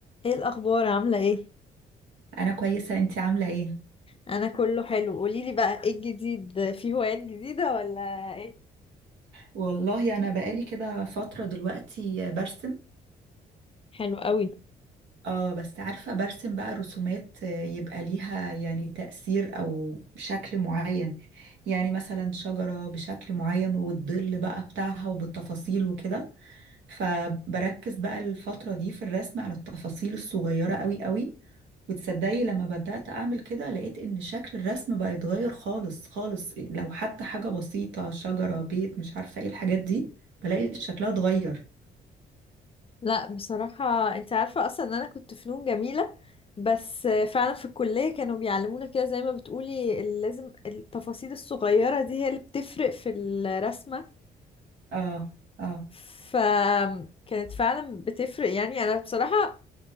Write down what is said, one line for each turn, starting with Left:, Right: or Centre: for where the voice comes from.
Left: ايه الاخبار عامله ايه
Right: انا كويسه انتي عامله ايه
Left: انا كله حلو قوليلي بقى ايه الجديد في هوايات جديده ولا ايه
Right: والله انا بقالي كده فتره دلوقتي برسم
Left: حلو قوي
Right: اه بس عارفة برسم بقى رسومات آه، يبقى ليها يعني تأثير أو شكل معين يعني مثلا شجرة بشكل معين والظل بقى بتاعها وبالتفاصيل وكده فبركز بقى الفترة دي في الرسم على التفاصيل الصغيرة قوي قوي وتصدقي لما بدأت أعمل كده لقيت إن شكل الرسم بقى يتغير خالص خالص لو حتى حاجة بسيطة شجرة بيت مش عارفة ايه الحاجات دي بلاقي شكلها اتغير
Left: لا بصراحه انت عارفه اصلا ان انا كنت فنون جميله بس فعلا في الكليه كانوا بيعلمونا كده زي ما بتقولي ال- لازم التفاصيل الصغيره دي هي اللي بتفرق في الرسمه
Right: اه اه
Left: فكانت فعلا بتفرق يعني انا بصراحه